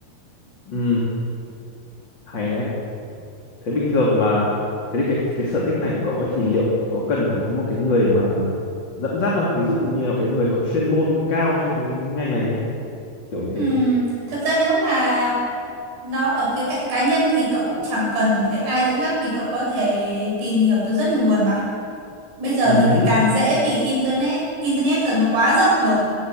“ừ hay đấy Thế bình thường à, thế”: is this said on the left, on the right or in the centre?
Left